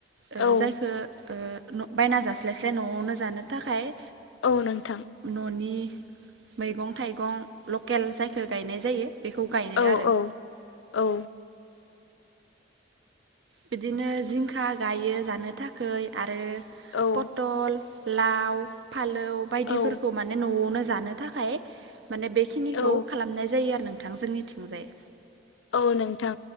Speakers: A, on the right; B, on the left.
A: ओ
B: औ
A: जायखो ओ न बायना जास्लायस्लाय न'आवनो जानो थाखाय
B: औ नोंथां।
A: न'नि मैगं थाइगं लकेल जायखो गायनाय जायो। बेखौ गायनाय
B: औ
A: आरो
B: औ औ
A: बिदिनो जिंखा गायो गानो थाखै आरो
B: औ
A: पटल लाव फालौ बायदिफोरखौ
B: औ
A: माने न'आवनो जानो थाखाय माने बे खिनिखौ
B: औ
A: खालामनाय जायो आरो नोंथां जोंनि थिंजाय।
B: औ नोंथां